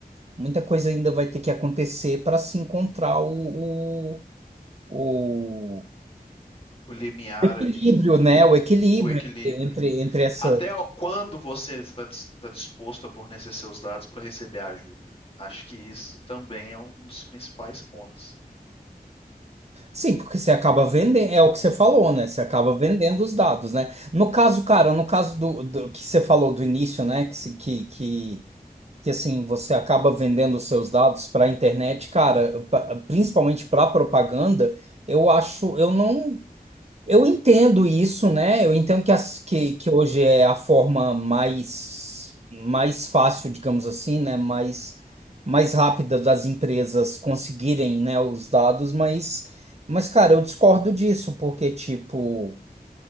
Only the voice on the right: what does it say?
muita coisa ainda vai ter que acontecer para se encontrar o, o o-
o equilíbrio,
né? O equilíbrio
entre, entre essa.
Sim, porque você acaba vendendo, é o que você falou, né? Você acaba vendendo os dados, né? No caso, cara, no caso do, do que você falou do início, né? Que, se- que, que, que assim, você acaba vendendo os seus dados para a internet, cara, pa- principalmente para propaganda, eu acho, eu não. Eu entendo isso, né? Eu entendo que, as, que, que hoje é a forma mais, mais fácil, digamos assim, né? Mais, mais rápida das empresas conseguirem, né, os dados, mas, mas, cara, eu discordo disso, porque, tipo,